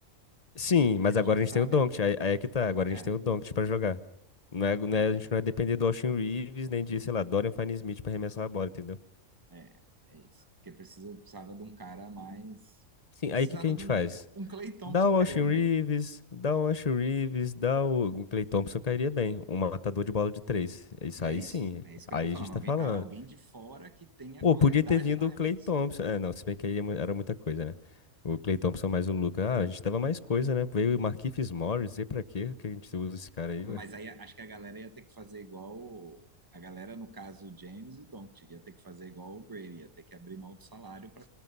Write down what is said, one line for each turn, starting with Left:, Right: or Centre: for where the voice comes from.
Left: Sim,
Right: Porque
Left: mas
Right: a
Left: agora
Right: gente
Left: a gente
Right: sabe,
Left: tem o Doncic, aí, aí é que tá, agora a
Right: é,
Left: gente tem o Doncic pra jogar. Não é, não é- a gente não é depender do Austin Reeves, nem de, sei lá, Dorian Finney-Smith pra arremessar a bola, entendeu?
Right: é, é isso. Porque precisa, precisava de um cara mais.
Left: Sim,
Right: Precisava
Left: aí o que que a gente
Right: de um.
Left: faz?
Right: Um Clay Thompson
Left: Dá o
Right: cairia
Left: Austin
Right: bem.
Left: Reeves, dá o Austin Reeves, dá o o Klay Thompson cairia bem. Um matador de bola de três. Isso
Right: É
Left: aí
Right: isso,
Left: sim.
Right: é isso que
Left: Aí
Right: eu tô falando.
Left: a gente tá
Right: Alguém,
Left: falando.
Right: a- alguém de fora que tenha
Left: Pô,
Right: qualidade
Left: podia ter vindo
Right: no arremesso.
Left: o Klay Thompson. É, não, se bem que aí é mu- era muita coisa, né? O Klay Thompson mais o Luka. Ah, a gente tava mais coisa, né? Veio o Markieff Morris. E pra quê que a gente usa esse cara aí,
Right: Mas
Left: ué?
Right: aí acho que a galera ia ter que fazer igual. o- A galera, no caso, o James e o Doncic, ia ter que fazer igual o Brady, ia ter que abrir mão do salário para